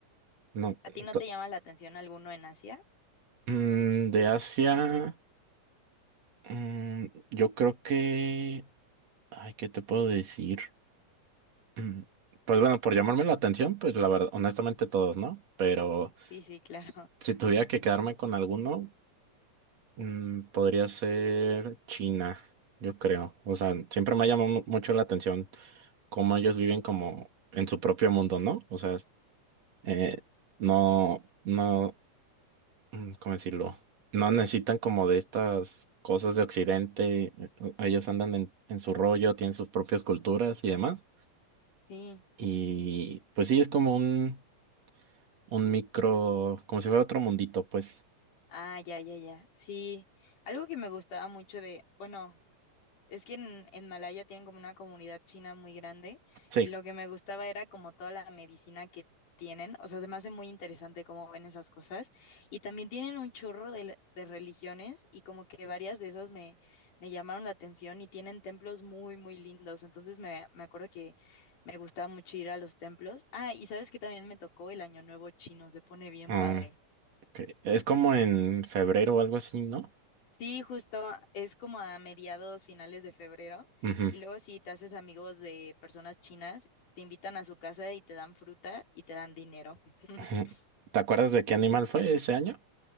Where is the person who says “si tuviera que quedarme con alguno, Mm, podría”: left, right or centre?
Right